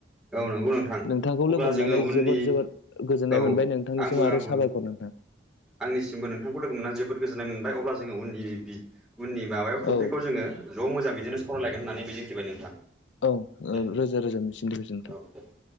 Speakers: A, in the centre; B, on the left.
A: औ नंगौ नोंथां
B: नोंथांखौ
A: अब्ला
B: लोगो हमनानै
A: जोङो उननि
B: जोबोर जोबोर गोजोननाय
A: औ
B: मोनबाय नोंथांनिसिम
A: आंबो
B: आरो
A: आंबो
B: साबायख ख नों
A: आंनिसिमबो नोंथांखौ लोगो मोननानै जोबोद गोजोननाय मोनबाय अब्ला जोङो उननि बि उननि माबायाव टपिकखौ
B: औ
A: जोङो ज' मोजां बिदिनो सावरायलायगोन होननानै मिजिंथिबाय नोंथां।
B: औ ओ
A: दे
B: रोजा रोजा गोजोन्थों।
A: <inaudible>